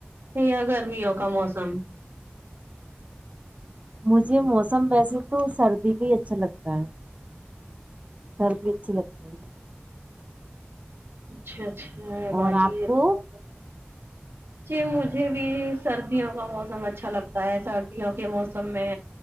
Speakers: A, on the right; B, on the right.
A: یا گرمیوں کا موسم
B: مجھے موسم ویسے تو سردی کا ہی اچھا لگتا ہے گرمی بھی اچھی لگتی ہے
A: اچھا اچھا ہے باجی
B: اور آپ
A: یہ
B: کو
A: تو ہے جی مجھے بھی سردیوں کا موسم اچھا لگتا ہے سردیوں کے موسم میں